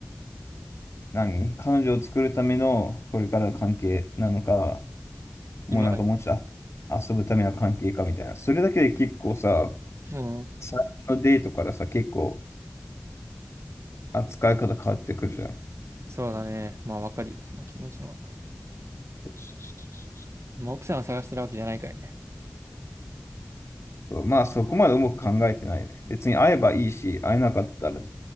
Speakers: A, on the left; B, on the right.
A: 何彼女を作るためのこれからの関係なのか、もうなんかもうちょっと
B: 今だけ。
A: 遊ぶための関係かみたいな。それだけで結構さ、
B: うん。
A: 最初のデートからさ、結構扱い方変わってくるじゃん。
B: そうだね。まあわかるよ、その気持ちも。
A: そうそうそう
B: まあ奥さんを探してるわけじゃないからね。
A: そうまあそこまで重く考えてないね。別に会えばいいし、会えなかったら